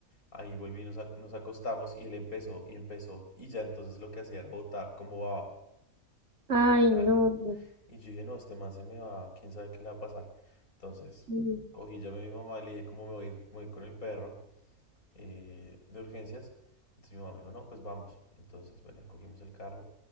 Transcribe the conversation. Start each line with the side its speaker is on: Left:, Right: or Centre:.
Left: ahí volví, nos, ac- nos acostamos y él empezó y empezó. Y ya entonces lo que hacía era botar como baba.
Right: Ay,
Left: Ya,
Right: no.
Left: Y yo dije, no, este man se me va, quién sabe qué le va a pasar. Entonces,
Right: Sí.
Left: cogí, llamé a mi mamá y le dije, ¿cómo me voy, a ir- me voy con el perro eh, de urgencias? Entonces mi mamá me dijo, no, pues vamos. Entonces, bueno, cogimos el carro,